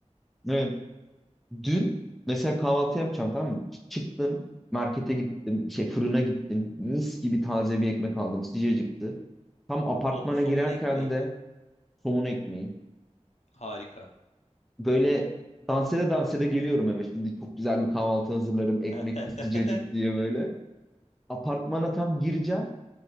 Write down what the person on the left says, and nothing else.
Oh, somun
ekmeği
mi?
Harika.
<laughs>